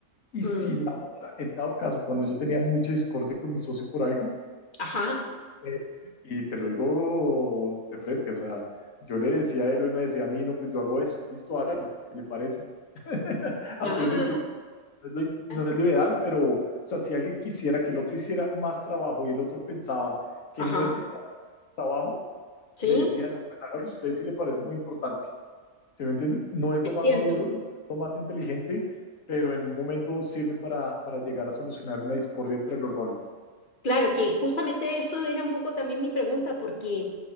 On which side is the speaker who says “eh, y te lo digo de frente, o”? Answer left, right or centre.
Left